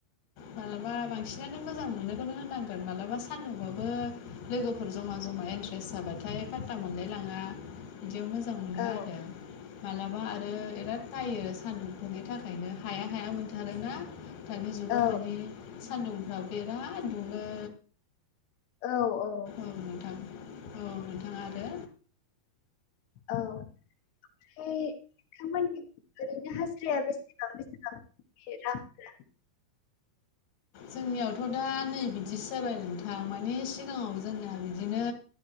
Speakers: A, on the left (about 55°); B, on the left (about 85°).
A: मालाबा बांसिनानो मोजां मोनो। खौनो होनांगोन मालाबा सान्दुंबाबो लोगोफोर जमा जमा इन्ट्रेस्ट जाबाथाय फादता मोनलाय लाङा बिदियाव मोजां मोनो
B: औ
A: आरो मालाबा आरो बेराद सायो सान्दुंफोरनि थाखायनो हाया हाया मोनथारोना दानि जुगाव
B: औ
A: माने। सानदुंफ्रा बेराद दुङो।
B: औ औ।
A: औ नोंथां औ नोंथाङा आरो
B: औ। ओमफ्राय नोंथांमोननि ओरैनो हाजिराया बेसेबां बेसेबां बे रांफोरा?
A: जोंनियावथ' दा नै बिदिसो जाबाय नोंथां माने सिगाङाव जोंना बिदिनो